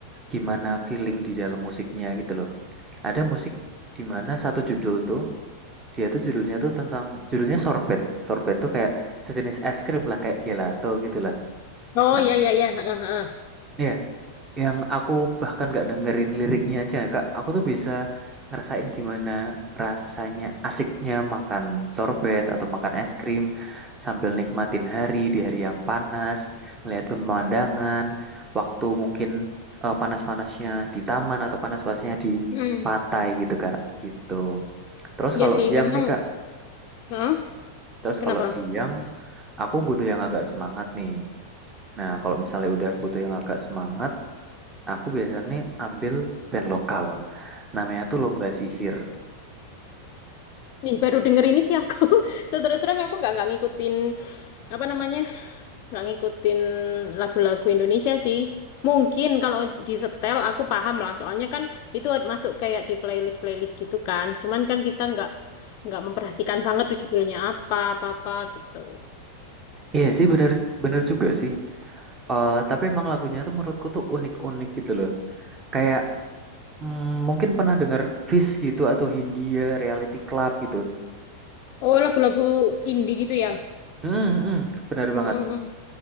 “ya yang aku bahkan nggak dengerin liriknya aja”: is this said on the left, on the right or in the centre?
Right